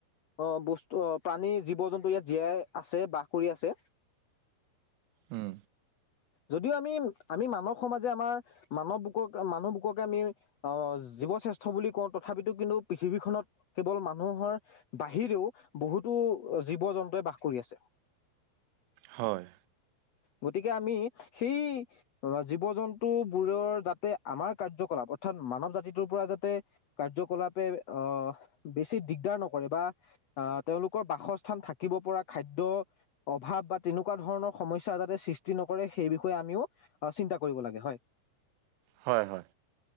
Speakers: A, on the left; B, on the right.
A: আহ বস্তু প্ৰাণী জীৱ জন্তু ইয়াত জীয়াই আছে বাস কৰি আছে।
B: হম
A: যদিও আমি-আমি মানৱ সমাজে আমাৰ মানৱ বুকক মানুহ বুককে আমি আহ জীৱ শ্ৰেষ্ঠ বুলি কওঁ তথাপিতো কিন্তু পৃথিৱীখনত কেৱল মানুহৰ বাহিৰেও বহুতো জীৱ জন্তুৱে বাস কৰি আছে।
B: হয়
A: গতিকে আমি সেই জীৱ জন্তু বোৰৰ যাতে আমাৰ কাৰ্যকলাপ অৰ্থাৎ মানৱ জাতিটোৰ পৰা যাতে কাৰ্যকলাপে আহ বেছি দিগদাৰ নকৰে বা আহ তেওঁলোকৰ বাসস্থান থাকিব পৰা খাদ্যয় অভাৱ বা তেনেকুৱা ধৰণৰ সমস্যা যাতে সৃষ্টি নকৰে সেই বিষয়ে আমিও চিন্তা কৰিব লাগে হয়।
B: হয়-হয়।